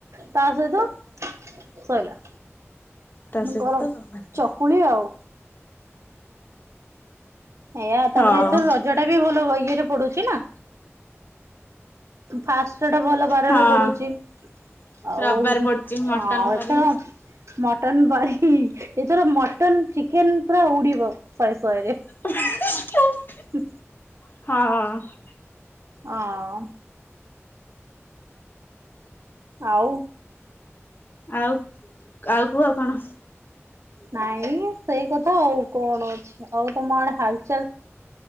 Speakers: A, on the right; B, on the left.
A: ତା ସହିତ ସଇଲା
B: ତା ସହିତ
A: ଗରମ
B: ଭାତ।
A: ଚକୁଳି ଆଉ ଏଇଆ
B: ହଁ
A: ତାପରେ ଏଥର ରଜ ଟା ବି ଭଲ ଇଏରେ ପଡୁଛି ନା ଫାଷ୍ଟ ଟା ଭଲ ବାରରେ
B: ହଁ
A: ପଡୁଛି। ଆଉ
B: ରବିବାର ପଡୁଛି ମଟନ
A: ହଁ ଏଥର
B: କରି
A: ମଟନ ବାରି ଏଥର ମଟନ ଚିକେନ ପୁରା ଉଡିବ ଶହେ ଶହେରେ
B: <unintelligible>
A: ହ
B: ହଁ
A: ହଁ ଆଉ
B: ଆଉ ଆଉ କୁହ କଣ?
A: ନାଇଁ ସେଇ କଥା ଆଉ କଣ ଅଛି ଆଉ ତମ ଆଡେ ହାଲ